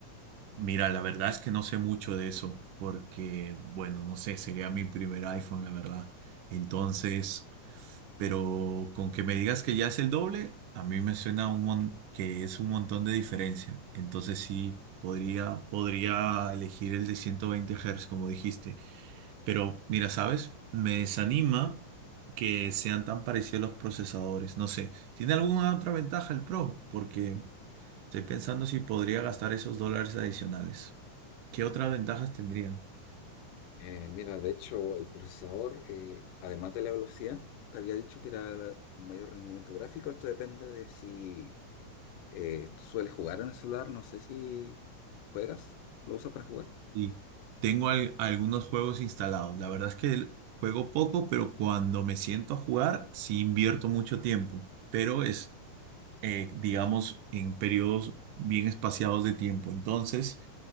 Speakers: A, on the right (about 80°); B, on the left (about 85°).
A: Mira, la verdad es que no sé mucho de eso, porque, bueno, no sé, sería mi primer iPhone, la verdad. Entonces, pero con que me digas que ya es el doble, a mí me suena un mon- que es un montón de diferencia. Entonces sí, podría, podría elegir el de 120 Hz, como dijiste. Pero mira, ¿sabes? Me desanima que sean tan parecidos los procesadores. No sé, ¿tiene alguna otra ventaja el Pro? Porque estoy pensando si podría gastar esos dólares adicionales. ¿Qué otras ventajas tendría?
B: Eh, mira, de hecho, el procesador, eh, además de la velocidad, te había dicho que era un mayor rendimiento gráfico. Esto depende de si eh, tú sueles jugar en el celular. No sé si juegas, lo usas para jugar.
A: Y tengo al- algunos juegos instalados. La verdad es que juego poco, pero cuando me siento a jugar, sí invierto mucho tiempo. Pero es, eh, digamos, en periodos bien espaciados de tiempo. Entonces...